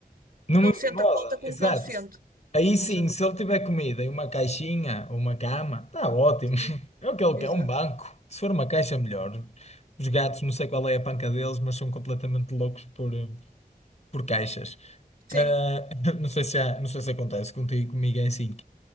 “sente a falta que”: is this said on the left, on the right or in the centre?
Right